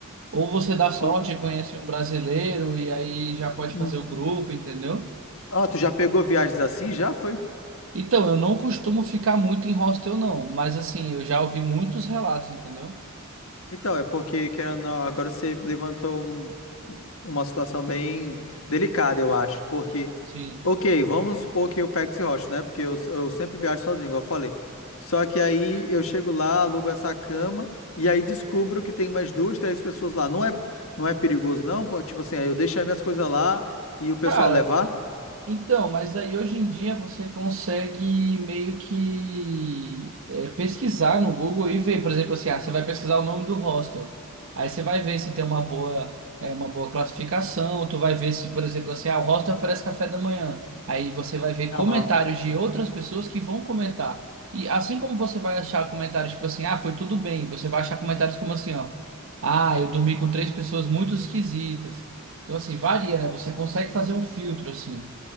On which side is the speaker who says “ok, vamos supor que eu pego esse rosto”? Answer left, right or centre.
Left